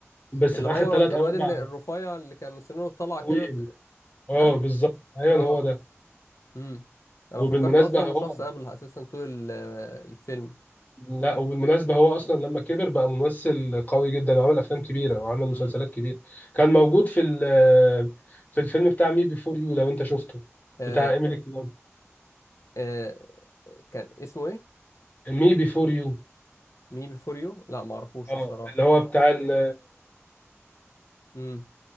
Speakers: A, on the left; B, on the left.
A: بس
B: اللي
A: في
B: هو
A: اخر ثلاث
B: الواد
A: او اربع
B: اللي الرفيع اللي كان سنه طالعه
A: حلوين
B: كده
A: اه
B: ده
A: بالظبط ايوه
B: اه
A: هو ده
B: امم انا
A: وبالمناسبه
B: فكرت اصلا
A: هو
B: شخص قبلها اساسا طول ال- الفيلم
A: لا وبالمناسبه هو اصلا لما كبر بقى ممثل قوي جدا وعمل افلام كبيره وعمل مسلسلات
B: امم
A: كبيره كان موجود في ال- في الفيلم بتاع مي بيفور يو لو انت شفته
B: آه
A: بتاع ايميلي كلارك
B: آه كان اسمه ايه
A: مي بيفور يو
B: مي بيفور يو لا ما اعرفوش
A: اه
B: الصراحه
A: اللي هو بتاع ال...
B: امم